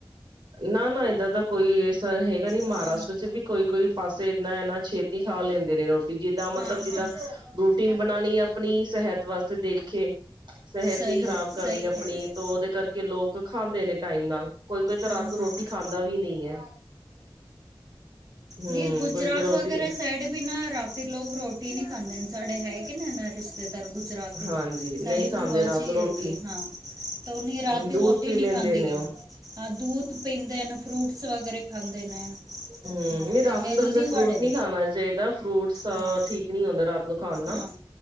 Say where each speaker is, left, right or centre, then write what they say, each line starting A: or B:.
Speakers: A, on the right; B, on the right.
A: ਨਾ- ਨਾ, ਇੱਧਰ ਦਾ ਕੋਈਸਰ ਹੈਗਾ ਨੀ।
B: ਹਾਂ
A: ਮਹਾਰਾਸ਼ਟਰ ਚ ਵੀ ਕੋਈ ਕੋਈ ਪਾਸੇ ਇਦਨਾ ਹੈ, ਨਾ ਛੇਤੀ ਖਾ ਲੈਂਦੇ ਨੇ ਰੋਟੀ। ਜਿੱਦਾਂ ਮਤਲਬ
B: ਹਾਂ
A: ਜਿੱਦਾਂ
B: ਹਾਂ
A: ਰੋਟੀ ਬਣਾਉਣੀ ਆਪਣੀ ਸਿਹਤ ਵਾਸਤੇ ਦੇਖੇ ਸਿਹਤ
B: ਸਹੀ
A: ਨੀ ਖ਼ਰਾਬ
B: ਹੈ
A: ਕਰਨੀ
B: ਸਹੀ
A: ਆਪਣੀ।
B: ਕਹਿ ਰਹੇ ਹੋ
A: ਤਾਂ ਉਹਦੇ ਕਰਕੇ ਲੋਕ ਖਾਂਦੇ ਨੇ ਟਾਈਮ ਨਾਲ। ਕੋਈ- ਕੋਈ, ਤਾਂ ਰਾਤ
B: ਹਾਂ ਹਾਂ
A: ਨੂੰ ਰੋਟੀ
B: ਹਾਂ
A: ਖਾਂਦਾ ਵੀ ਨਹੀਂ ਹੈ। ਹਮ
B: ਨ ਗੁਜਰਾਤ
A: ਕੋਈ ਕੋਈ ਰੋਟੀ
B: ਵਗੈਰਾ ਸਾਈਡ ਮੇਂ ਨਾ, ਰਾਤੀ ਲੋਕ ਰੋਟੀ ਰੋਟੀ ਨਹੀਂ ਖਾਂਦੇ। ਸਾਡੇ ਹੈਗੇ ਨਾ ਰਿਸ਼ਤੇਦਾਰ ਗੁਜਰਾਤ ਵਿੱਚ,
A: ਹਾਂਜੀ ਨਹੀਂ
B: ਸਾਡੀ
A: ਖਾਂਦੇ
B: ਭੂਆ
A: ਰਾਤ
B: ਚ ਹੈਗੀ,
A: ਨੂੰ ਰੋਟੀ
B: ਹਾਂ। ਤੇ ਉਹਨੇ,
A: ਹਮ
B: ਰਾਤ ਦੀ
A: ਦੁੱਧ
B: ਰੋਟੀ
A: ਪੀ
B: ਨੀ
A: ਲੈਂਦੇ
B: ਖਾਂਦੀ
A: ਨੇ
B: ਏ।
A: ਉਹ
B: ਹਾਂ ਦੂਧ ਪੀਂਦੇ ਨੇ ਫਰੂਟਸ ਵਗੈਰਾ ਖਾਂਦੇ ਨੇ
A: ਹਮ
B: ਹਾਂ
A: ਨਹੀਂ ਰਾਤ
B: ਤੇ ਹੈਲਦੀ
A: ਨੂੰ ਤਾਂ ਵੈਸੇ ਫਰੂਟ
B: ਬੜੇ
A: ਨਹੀਂ ਖਾਣਾ ਚਾਹੀਦਾ ਫਰੂਟਸ ਤਾਂ
B: ਹਾਂ
A: ਠੀਕ ਨੀ ਹੁੰਦਾ ਰਾਤ ਨੂੰ ਖਾਣ
B: ਹਾਂ।
A: ਨਾਲ